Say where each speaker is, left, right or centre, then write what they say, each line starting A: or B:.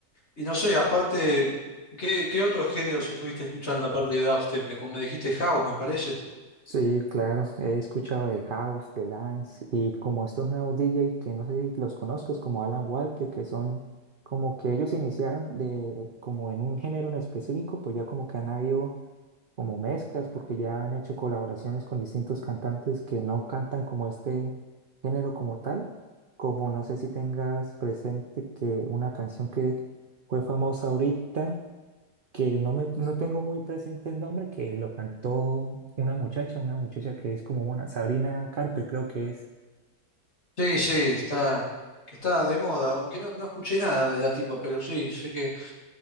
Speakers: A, on the left; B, on the right.
A: Y no sé, aparte, ¿qué, qué otros géneros estuviste escuchando aparte de dubstep? Me, me dijiste house, me parece.
B: Sí, claro, he escuchado de House, de Dance y como estos nuevos DJ que no sé si los conozcas, como Alan Walker, que son como que ellos iniciaron de como en un género en específico, pues ya como que han habido como mezclas porque ya han hecho colaboraciones con distintos cantantes que no cantan como este género como tal, como no sé si tengas presente que una canción que fue famosa ahorita que no me no tengo muy presente el nombre, que lo cantó una muchacha, una muchacha que es como mona, Sabrina Carpenter creo que es.
A: Sí, sí, está, que está de moda, aunque no, no escuché nada de la tipa, pero sí, sé que...